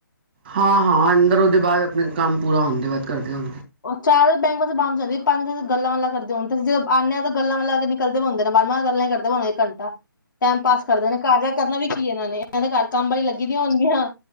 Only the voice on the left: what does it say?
ਚਾਰ ਬੈਂਕ ਵਸ ਬੰਦ ਜਾਂਦੀ ਪੰਜ ਗੱਲਾਂ ਲਾਂਦੇਣ ਜਦ ਆਂਦੇ ਆ ਤਾਂ ਗਾਂਲਾਂ ਨਿਕਲਦੇ ਹਦੇ ਨੇ ਬਾਰਵਾਂ ਗੱਲਾਂ ਹੀ ਕਰਦੇ ਹੋਣਆਂ ਘੰਟਾ ਟਾਈਮ ਪਾਸ ਕਰਦੇ ਨੇ ਕਾਰਜਾ ਕਰਨਾ ਵੀ ਕੀ ਇਹਨਾਂ ਨੇ ਇਹ ਦੇ ਘਰ ਕੰਮ ਵਾਲੀ ਲੱਗੀ ਦੀਆਂ ਹੋਣਗੀਆਂ